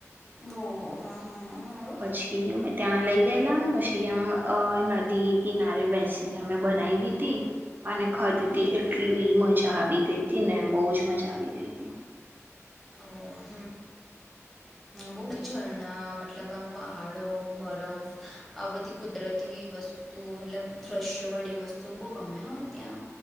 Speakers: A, in the centre; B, on the right.
A: ઓહો હા હા હા એવું
B: પછી અમે ત્યાં લઈ ગયેલા પછી આમ અ નદી કિનારે બેસીને અમે બનાવી તી અને ખાદીતી
A: હમ હમ
B: એટલી મજા આવી ગઈ તી ને બહુ જ મજા આવી ગઈ તી.
A: ઓ હમ બહુ ઝરણા મતલબ આમ પહાડો બરફ આ બધી કુદરતી વસ્તુ મતલબ દ્રશ્ય વાળી વસ્તુઓ બહુ ગમે હો ત્યાં